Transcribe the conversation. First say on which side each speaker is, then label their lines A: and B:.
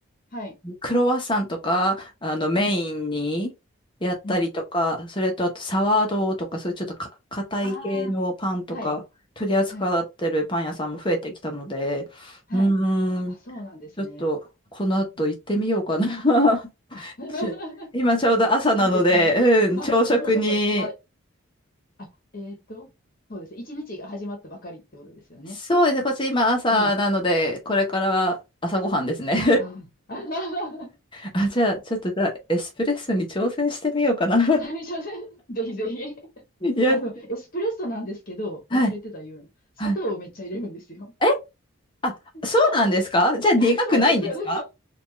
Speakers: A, on the left (about 40°); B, on the left (about 25°).
A: はい。
B: クロワッサンとか、あの、メインにやったりとか、
A: うん、うん。
B: それとあとサワードーとか、そういうちょっとか硬い系のパンとか、
A: ああ、はい、
B: 取り扱ってるパン屋さんも増えてきたので、
A: はい、はい。
B: うーん、
A: あ、そうなんですね。
B: ちょっと、この後行ってみようかな。
A: うん、あ、
B: <laughs>
A: <laughs>
B: ちょ今ちょうど朝なので、
A: いいですね。
B: うん、
A: あ、
B: 朝食に、
A: そうか、そうか。まだ、あ、えっと、そうですね。一日が始まったばかりってことですよね。
B: そうですね、こっち今朝なので、
A: うん。
B: これからは朝ごはんですね。<laughs>
A: ああ、<laughs>
B: あ、じゃあ、ちょっとじゃあ、エスプレッソに挑戦してみようかな。<laughs>
A: あれじゃね。<laughs> ぜひぜひ。
B: やっ
A: あの、エスプレッソなんですけど、
B: はい、
A: 忘れてた言うの。砂糖をめっちゃ入れるんですよ。
B: はい。えあ、
A: <laughs>
B: そうなんですかじゃあ苦くないんですか
A: そうです、そうです。